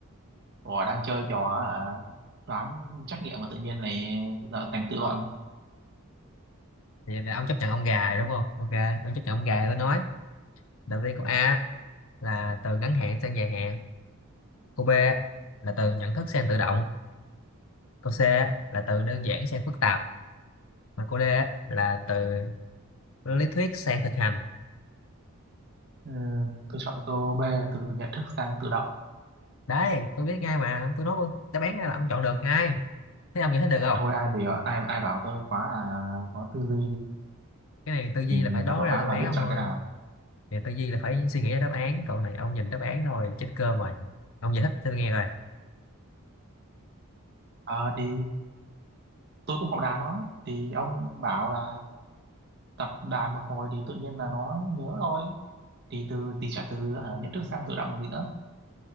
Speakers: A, on the right; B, on the left.
A: Ủa đang chơi trò hả đoán trắc nghiệm mà tự nhiên này là thành tự luận
B: thì là ông chấp nhận ông gà rồi đúng không ok ông chấp nhận ông gà rồi tôi nói đầu tiên câu A là từ ngắn hạn sang dài hạn câu B là từ nhận thức sang tự động câu C là từ đơn giản sang phức tạp mà câu D là từ lý thuyết sang thực hành
A: ừ, tôi chọn câu B từ nhận thức sang tự động
B: đấy tôi biết ngay mà tôi nói luôn đáp án ra là ông chọn được ngay thế ông giải thích được không
A: thôi ai biểu ai ai bảo tôi quá à có tư duy
B: cái này tư duy
A: thì nhìn
B: là phải đoán
A: đọc đáp
B: ra
A: án
B: được đáp
A: là
B: án
A: biết
B: ông
A: chọn
B: ơi
A: cái nào
B: này tư duy là phải suy nghĩ ra đáp án còn này ông nhìn đáp án thôi chết cơm rồi ông giải thích tôi nghe rồi
A: ờ thì tôi cũng học đàn nó thì ông bảo là tập đàn một hồi thì tự nhiên là nó nhớ thôi thì từ thì trả từ hả, nhận thức sang tự động một gì nữa